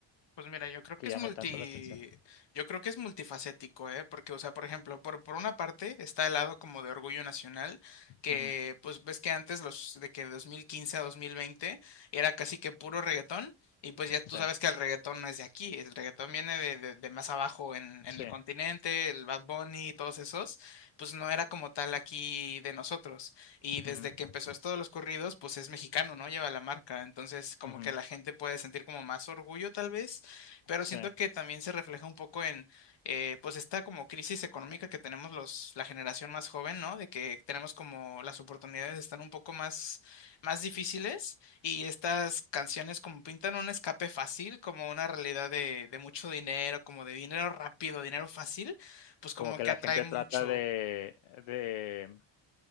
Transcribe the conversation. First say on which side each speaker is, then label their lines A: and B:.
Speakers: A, on the left (about 60°); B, on the left (about 80°).
A: Pues mira, yo creo
B: que
A: que es
B: llame
A: multi,
B: tanto la atención?
A: yo creo que es multifacético, ¿eh? Porque, o sea, por ejemplo, por, por una parte está el lado como de orgullo nacional, que
B: Uh -huh.
A: pues ves que antes los de que 2015 a 2020 era casi que puro reggaetón, y pues ya tú
B: Sí,
A: sabes que el reggaetón no es de aquí, el reggaetón viene de, de, de más abajo en, en
B: sí,
A: el continente, el Bad Bunny y todos esos, pues no era como tal aquí de nosotros. Y desde
B: uh -huh.
A: que empezó esto de los corridos, pues es mexicano, ¿no? Lleva la marca. Entonces, como
B: Uh -huh.
A: que la gente puede sentir como más orgullo, tal vez pero
B: sí.
A: siento que también se refleja un poco en, eh, pues, esta como crisis económica que tenemos los, la generación más joven, ¿no? De que tenemos como las oportunidades están un poco más, más difíciles y estas canciones como pintan un escape fácil, como una realidad de, de mucho dinero, como de dinero rápido, dinero fácil, pues como
B: Como que
A: que
B: la
A: atrae
B: gente
A: mucho.
B: trata de, de,